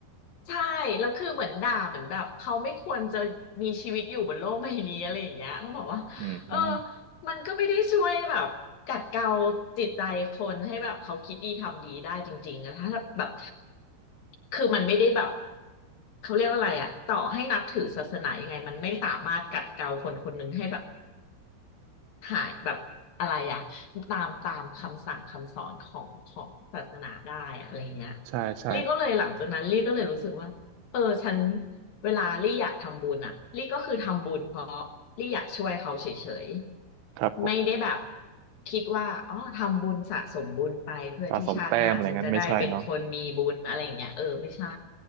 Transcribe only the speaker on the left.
ใช่แล้วคือเหมือนด่าเหมือนแบบเขาไม่ควรจะมีชีวิตอยู่บนโลกใบนี้อะไรอย่างเงี้ยแล้วบอกว่า
เออมันก็ไม่ได้ช่วยแบบกัดเกลาจิตใจคนให้แบบเขาคิดดีทำดีได้จริงๆนะถ้าแบบคือมันไม่ได้แบบเขาเรียกว่าอะไรอะต่อให้นับถือศาสนายังไงมันไม่สามารถกัดเกลาคนคนหนึ่งให้แบบ หายแบบอะไรอะตามตามคำสั่งคำสอนของของศาสนาได้อะอะไรเงี้ย
ลี่ก็เลยหลังจากนั้นลี่ก็เลยรู้สึกว่าเออฉันเวลาลี่อยากทำบุญอะลี่ก็คือทำบุญเพราะลี่อยากช่วยเขาเฉยๆไม่ได้แบบ
คิดว่าอ๋อทำบุญสะสมบุญไปเพื่อที่ชาติหน้าฉันจะได้เป็นคนมีบุญอะไรอย่างเงี้ยเออไม่ใช่